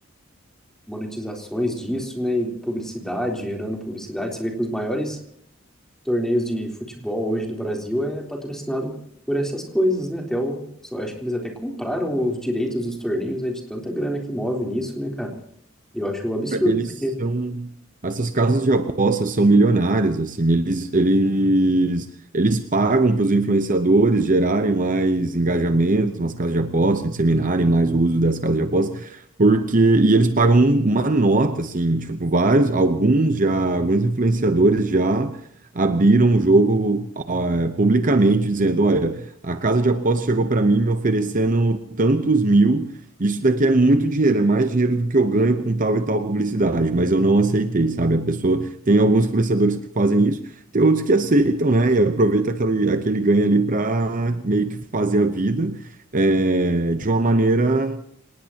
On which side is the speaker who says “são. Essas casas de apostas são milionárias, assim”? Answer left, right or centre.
Right